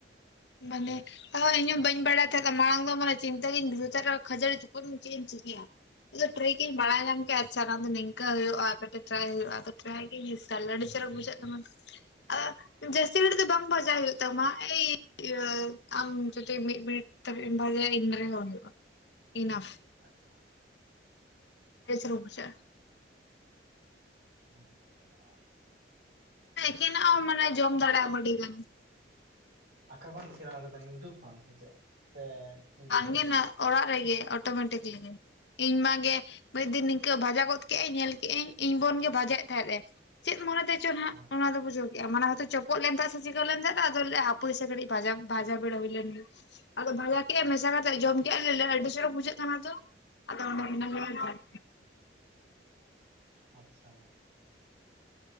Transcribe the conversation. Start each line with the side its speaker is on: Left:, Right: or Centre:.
Left: ᱢᱟᱱᱮ ᱦᱚᱸ ᱤᱧ ᱵᱟᱹᱧ ᱵᱟᱲᱟᱭ ᱛᱟᱦᱮᱫ ᱫᱚ ᱢᱟᱲᱟᱝ ᱫᱚ ᱢᱟᱱᱮ ᱪᱤᱱᱛᱟᱹ ᱜᱮᱧ ᱵᱩᱡᱷᱟᱹᱣ ᱛᱟᱦᱮᱫᱟ ᱾ ᱠᱷᱟᱹᱡᱟᱲ ᱪᱚᱯᱚᱫ <unintelligible> ᱪᱮᱜ ᱤᱧ ᱪᱤᱠᱟᱹᱭᱟ ᱾ ᱟᱫᱚ ᱴᱨᱤᱠ ᱤᱧ ᱵᱟᱲᱟᱭ ᱧᱟᱢ ᱠᱮᱜ-ᱟ ᱟᱫᱚ ᱴᱷᱤᱠ ᱤᱧ ᱵᱟᱲᱟᱭ ᱧᱟᱢ ᱠᱮᱫ-ᱟ, ᱟᱪᱪᱷᱟ ᱱᱚᱣᱟ ᱫᱚ ᱱᱤᱝᱠᱟᱹ ᱦᱩᱭᱩᱜ-ᱟ ᱟᱨ ᱠᱟᱹᱴᱤᱡ ᱴᱨᱟᱭ ᱦᱩᱭᱩᱜ-ᱟ ᱾ ᱟᱫᱚ ᱴᱨᱟᱭ <unintelligible> ᱟᱹᱰᱤ ᱪᱚᱨᱚᱠ ᱵᱩᱡᱷᱟᱹᱜ ᱠᱟᱱᱟ ᱛᱚ
Right: <inaudible>
Left: ᱾ ᱟᱨ ᱡᱟᱹᱥᱛᱤ ᱢᱤᱱᱤᱴ ᱫᱚ ᱵᱟᱝ ᱵᱷᱟᱡᱟᱭ ᱦᱩᱭᱩᱜ ᱛᱟᱢᱟ ᱾ ᱮᱭ ᱤᱭᱟᱹ ᱟᱢ ᱡᱚᱫᱤ ᱢᱤᱫ ᱢᱤᱱᱤᱴ ᱛᱮᱢ ᱵᱷᱟᱡᱟᱭᱟ ᱤᱱᱨᱮ ᱦᱚᱸ ᱦᱩᱭᱩᱜ-ᱟ, ᱤᱱᱟᱯᱷ ᱾
Right: ᱟᱪᱪᱷᱟ ᱾
Left: ᱵᱮᱥ <unintelligible>
Right: ᱟᱫᱚ ᱪᱤᱠᱟᱹᱜ-ᱟ?
Left: ᱮᱠᱮᱱᱟᱜ ᱦᱚᱸ ᱢᱟᱱᱮ ᱡᱚᱢ ᱫᱟᱲᱮᱭᱟᱜ-ᱟᱢ ᱟᱹᱰᱤ ᱜᱟᱱ ᱾
Right: ᱟᱸᱠᱟ ᱠᱷᱚᱱ ᱥᱮᱬᱟ ᱟᱠᱟᱫᱟᱢ ᱤᱭᱩᱴᱩᱵᱽ ᱠᱷᱚᱱ ᱥᱮ ᱪᱮᱫ ᱥᱮ ᱱᱤᱡᱮ
Left: ᱟᱸᱝᱜᱮᱱᱟᱜ
Right: ᱛᱮᱜᱮ
Left: ᱚᱲᱟᱜ ᱨᱮᱜᱮ ᱚᱴᱳᱢᱮᱴᱤᱠᱞᱤᱜᱮ ᱤᱧᱢᱟ ᱜᱮ ᱢᱤᱫ ᱫᱤᱱ ᱱᱤᱝᱠᱟᱹ ᱵᱷᱟᱡᱟ ᱜᱚᱫ ᱠᱮᱜ ᱟᱭ ᱧᱮᱞ ᱠᱮᱜ ᱟᱭ ᱤᱧ ᱵᱳᱱ ᱜᱮ ᱵᱷᱟᱡᱟᱭᱮᱫ ᱛᱟᱦᱮᱸᱜ ᱮ ᱪᱮᱫ ᱢᱚᱱᱮᱛᱮ ᱪᱚ
Right: ᱥᱟ᱾
Left: ᱟᱫᱚ ᱵᱩᱡᱷᱟᱣ ᱠᱮ ᱟᱢ ᱢᱟᱱᱮ ᱦᱟᱱᱛᱮ ᱪᱚᱯᱚᱜ ᱞᱮᱱ ᱛᱟᱦᱮᱫ ᱥᱮ ᱪᱤᱠᱟᱹ ᱞᱮᱱ ᱛᱟᱦᱮᱫ ᱟᱫᱚ ᱞᱟᱹᱭᱫᱟᱭ ᱦᱟᱯᱚᱭ ᱥᱮ ᱠᱟᱹᱴᱤᱡ ᱵᱷᱟᱡᱟ ᱵᱷᱟᱡᱟ ᱵᱷᱤᱲᱟᱣ ᱦᱩᱭ ᱞᱮᱱ ᱜᱮ᱾ ᱟᱫᱚ ᱵᱷᱟᱞᱟ
Right: ᱟᱪᱪᱷᱟ
Left: ᱠᱮᱜ-ᱟᱭ ᱢᱮᱥᱟ ᱠᱟᱛᱮᱫ ᱡᱚᱢ ᱠᱮ-ᱟ ᱞᱮ ᱟᱹᱰᱤ ᱪᱚᱨᱚᱠ ᱵᱩᱡᱷᱟᱹᱜ ᱠᱟᱱᱟ ᱛᱚ ᱟᱫᱚ ᱚᱱᱰᱮ ᱠᱷᱚᱱᱟᱜ ᱜᱮ ᱡᱚᱢ
Right: ᱟᱸᱪᱪᱷᱟ᱾